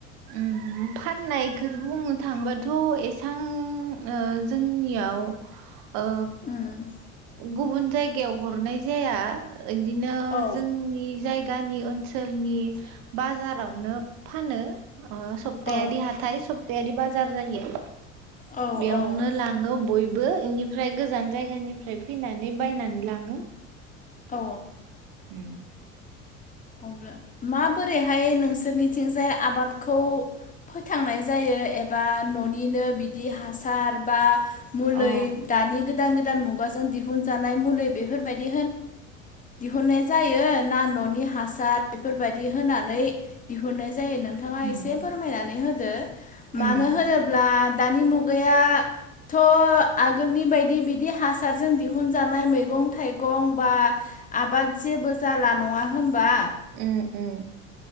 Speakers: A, on the right; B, on the left.
A: उम फाननायखौ बुंनो थांबाथ' एसां ओ जोंनियाव ओ
B: उम
A: गुबुन जायगायाव हरनाय जाया। बिदिनो
B: औ
A: जोंनि जायगा दानि ओन ओनसोलनि बाजार फोरावनो फानो। अ सप्तायारि
B: औ
A: हाथाय सप स्तारि बाजार जायो
B: औ
A: बेयावनो
B: औ
A: लाङो बयबो बेनिफ्राय गोजान जायगानिफ्राय फैनानै बायनानै लाङो।
B: औ।
A: उम।
B: अब्ला माबोरैहाय नोंसोरनिथिंजाय आबादखौ फोथांनाय जायो एबा ननिनो बिदि हासार बा मुलै
A: अ
B: दानि दि गोदान गोदान मुगाजों दिहुनजानाय मुलि बेफोरबायदि होनानै जायो ना न'नि हा हासार बेफोरबायदि होनानै दिहुननो। जायो नोंथाङा
A: उम
B: एसे फोरमायनानै होदो।
A: उम
B: मानो होनोब्ला दानि मुगायाथ' आगोलनि बायदि बिदि हासारजों दिहुनजानाय मैगं थाइगं बा आबाद जेबो जाला नङा होनब्ला होमबा
A: उम उम।